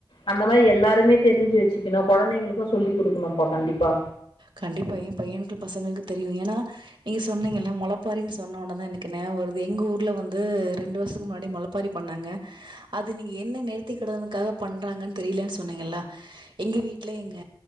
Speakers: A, on the left (about 85°); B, on the right (about 65°).
A: அந்த மாரி எல்லாருமே தெரிஞ்சு வச்சுணும் குழந்தைங்களுக்கும் சொல்லி் கொடுக்கணும்ப்பா கண்டிப்பா
B: கண்டிப்பா என் பையனுகள் பசங்களுக்கு தெரியும் ஏன்னா நீங்க சொன்னீங்க முளைப்பாரின்னு சொன்ன உனதான் எனக்குனே ஒரு எங்க ஊர்ல வந்து ரெண்டு வருஷத்துக்கு முன்னாடி முளப்பாரி பண்ணாங்க அது நீங்க என்ன நேர்த்தி கடனுக்காக பண்றாங்கன்னு தெரியலன்னு சொன்னீங்க எங்க வீட்டுல எங்க